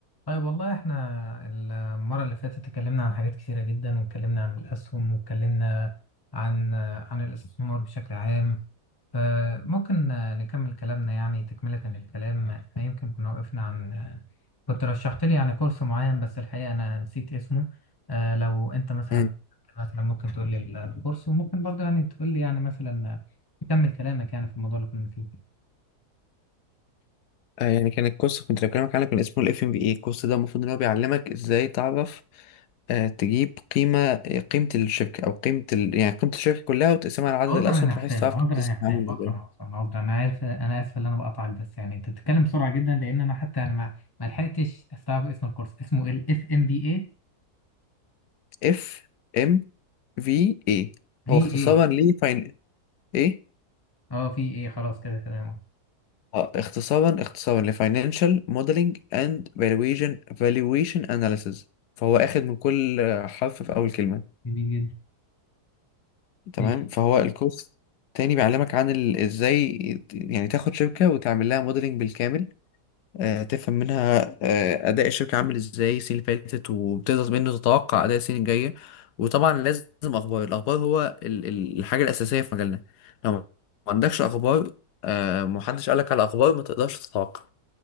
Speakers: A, on the left (about 20°); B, on the left (about 80°).
A: طيب والله احنا المرة اللي فاتت اتكلمنا عن حاجات كثيرة جدا واتكلمنا عن الأسهم واتكلمنا عن عن الاستثمار بشكل عام فممكن نكمل كلامنا يعني تكملة للكلام احنا يمكن كنا وقفنا عن كنت رشحت لي يعني كورس معين بس الحقيقة أنا نسيت اسمه آه، لو أنت مثلا
B: مم.
A: مثلا ممكن تقول لي الكورس وممكن برضه يعني تقول لي يعني مثلا تكمل كلامك يعني في الموضوع اللي كنا فيه
B: آه، يعني كان الكورس كنت بكلمك عنه كان اسمه الاف ام بي اي الكورس ده المفروض ان هو بيعلمك ازاي تعرف آه، تجيب قيمه آه، قيمه الشركه او قيمه ال... يعني قيمه الشركه كلها وتقسمها لعدد
A: عذرا
B: الاسهم بحيث
A: يا حسام
B: تعرف
A: عذرا
B: قيمه السهم
A: يا حسام
B: عامله
A: عذرا
B: ازاي
A: عذرا عذرا انا عارف انا اسف ان انا بقطعك بس يعني انت بتتكلم بسرعه جدا لان انا حتى انا ما ما لحقتش استوعب اسم الكورس اسمه ال اف ام بي اي
B: اف ام في اي
A: في
B: هو اختصارا
A: اي
B: ل فاين ايه
A: اه في اي خلاص كده تمام
B: اه اختصارا اختصارا لفاينانشال موديلنج اند فالويشن فالويشن اناليسيز فهو اخد من كل آه، حرف في اول كلمه
A: جميل
B: تمام
A: جدا
B: فهو الكورس تاني بيعلمك عن ال... ازاي ت- يعني تاخد شركة وتعمل لها موديلنج بالكامل آه تفهم منها آه أداء الشركة عامل ازاي السنة اللي فاتت وبتقدر منه تتوقع أداء السنة الجاية وطبعا لازم أخبار الأخبار هو ال... ال- الحاجة الأساسية في مجالنا لو ما عندكش أخبار آه محدش قالك على أخبار ما تقدرش تتوقع